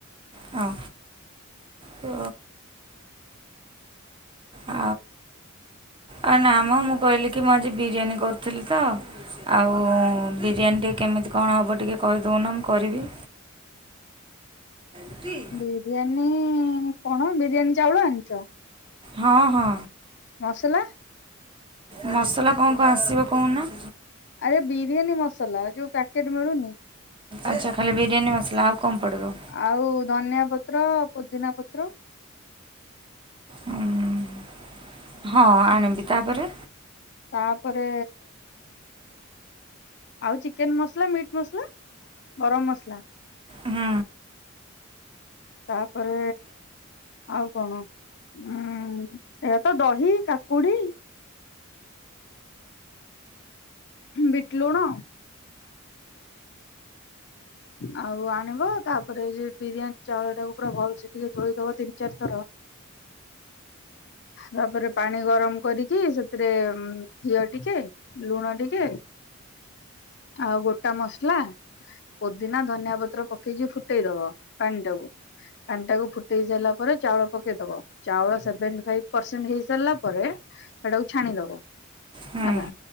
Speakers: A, on the right; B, on the left.
A: ହଁ ତ <unintelligible> ଆ ନା ମ ମୁଁ କହିଲି କି ମୁଁ ଆଜି ବିରିୟାନୀ କରୁଥିଲି ତ। ଆଉ ବିରିୟାନୀ ଟିକେ କେମିତି କଣ ହେବ ଟିକେ କହିଦେଉନ ମୁଁ କରିବି। ଜି।
B: ବିରିୟାନୀ କଣ ବିରିୟାନୀ ଚାଉଳ ଆଣିଚ?
A: ହଁ ହଁ।
B: ମସଲା।
A: ମସଲା କଁ କଁ ଆସିବ କହୁନ?
B: ଆରେ ବିରିୟାନୀ ମସଲା ଯୋଉ ପ୍ୟାକେଟ ମିଳୁନି।
A: ଆଚ୍ଛା ଖାଲି ବିରିୟାନୀ ମସଲା ଆଉ କଁ ପଡ଼ିବ?
B: ଆଉ ଧନିଆ ପତ୍ର, ପୋଦିନା ପତ୍ର।
A: ହୁଁ ହଁ ଆଣିବି, ତାପରେ
B: ତାପରେ ଆଉ ଚିକେନ ମସଲା, ମିଟ୍ ମସଲା, ଗରମ ମସଲା।
A: ହୁଁ।
B: ତାପରେ ଆଉ କଣ ଉଁ ଏୟା ତ ଦହି କାକୁଡି ବିଟ୍ ଲୁଣ। ଆଉ ଆଣିବ ତାପ ପରେଏ ବିରିୟାନୀ ଚାଉଳ ଟାକୁ ପୁରା ଭଲ ସେ ଟିକେ ଧୋଇଦବ ତିନ ଚାରି ଥର। ତାପରେ ପାଣି ଗରମ କରି କି ସେଥିରେ ଘିଅ ଟିକେ ଲୁଣ ଟିକେ ଆଉ ଗୋ ଟା ମସଲା ପୋଦିନା ଧନିଆ ପତ୍ର ପକେଇକି ଫୁଟେଇ ଦବ ପାଣି ଟାକୁ। ପାଣି ଟାକୁ ଫୁଟେଇ ସାଇଲା ପରେ ଚାଉଳ ପକେଇଦବ। ଚାଉଳ ସେଭେନଟିଫାଇପ୍ ପରସେଣ୍ଟ ହେଇସାରିଲା ପରେ ସେଟାକୁ ଛାଣିଦବ।
A: ହୁଁ
B: ହେଲା